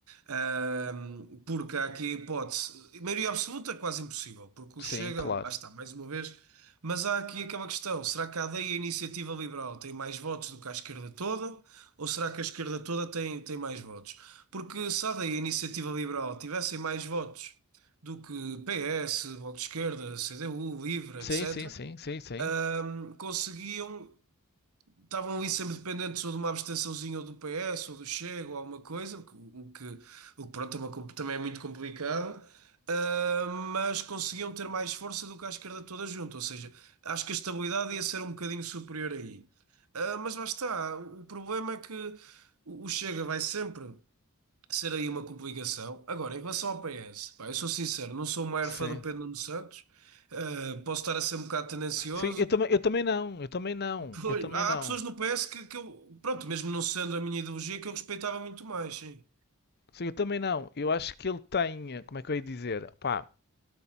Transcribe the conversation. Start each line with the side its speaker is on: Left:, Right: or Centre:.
Right: Eh, porque há aqui a hipótese, maioria absoluta é quase impossível, porque
Left: Sim,
Right: o Chega,
Left: claro.
Right: lá está, mais uma vez, mas há aqui aquela questão, será que a AD e a iniciativa liberal têm mais votos do que a esquerda toda? Ou será que a esquerda toda tem, tem mais votos? Porque se a AD a Iniciativa Liberal tivessem mais votos do que PS, Bloco de Esquerda, CDU, Livre,
Left: Sim,
Right: etc.,
Left: sim, sim, sim, sim.
Right: ahm, conseguiam Estavam ali sempre dependentes ou de uma abstençãozinha ou do PS ou do Chega ou alguma coisa, o que, o que, o que, pronto, é uma comp- também é muito complicado, ah, mas conseguiam ter mais força do que a esquerda toda junto, ou seja, acho que a estabilidade ia ser um bocadinho superior aí. Ah, mas lá está, o o problema é que o o Chega vai sempre ser aí uma complicação. Agora, em relação ao PS, pá, eu sou sincero, não sou o maior
Left: Sim.
Right: fã do Pedro Nuno Santos, ah, posso estar a ser um bocado tendencioso.
Left: Sim, eu também, eu também não, eu também não,
Right: Pois,
Left: eu também
Right: há
Left: não.
Right: há pessoas no PS que, que eu, pronto, mesmo não sendo a minha ideologia, que eu respeitava muito mais, sim.
Left: Sim, eu também não. Eu acho que ele tem, eh, como é que eu ia dizer? Pá,